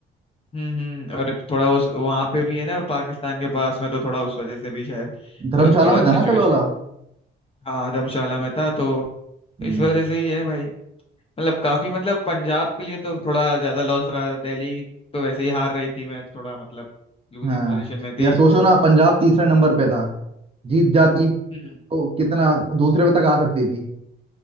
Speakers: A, on the left; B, on the right.
A: हम्म हम्म और थोड़ा उस वहां पे भी है ना पाकिस्तान के पास में तो थोड़ा उस वजह से भी शायद
B: धर्मशाला
A: अ, थोड़ा
B: में
A: सिचुएशन
B: था ना कल वाला
A: हाँ धर्मशाला में था तो
B: हम्म,
A: इस वजह से ही है भाई मतलब काफी मतलब पंजाब के लिए तो थोड़ा ज्यादा लॉस रहा दिल्ली तो वैसे ही हार रही थी मैच थोड़ा मतलब लूजिंग
B: हाँ
A: पोजीशन में थी
B: यार सोचो ना पंजाब तीसरे नंबर पे था जीत जाती
A: हम्म
B: तो कितना दूसरे पे तक आ सकती थी